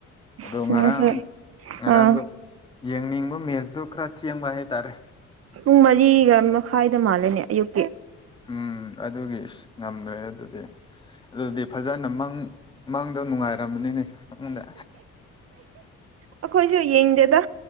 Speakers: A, on the left (about 15°); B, on the right (about 50°).
A: ꯑꯗꯣ
B: ꯁꯤꯅꯁꯨ
A: ꯉꯔꯥꯡ ꯉꯔꯥꯡꯗꯣ
B: ꯑꯥ
A: ꯌꯦꯡꯅꯤꯡꯕ ꯃꯦꯠꯁꯇꯣ ꯈꯔ ꯊꯦꯡꯕ ꯍꯥꯏꯇꯥꯔꯦ
B: ꯄꯨꯡ ꯃꯔꯤꯒ ꯃꯈꯥꯏꯗ ꯃꯥꯜꯂꯅꯦ ꯑꯌꯨꯛ
A: ꯎꯝ ꯑꯗꯨꯒꯤ ꯉꯝꯗꯣꯏꯦ ꯑꯗꯨꯗꯤ ꯑꯗꯨꯗꯤ ꯐꯖꯅ ꯃꯪ ꯃꯪꯗꯣ ꯅꯨꯡꯉꯥꯏꯔꯝꯕꯅꯤꯅꯦ ꯎꯗ
B: ꯑꯩꯈꯣꯏꯁꯨ ꯌꯦꯡꯗꯦꯗ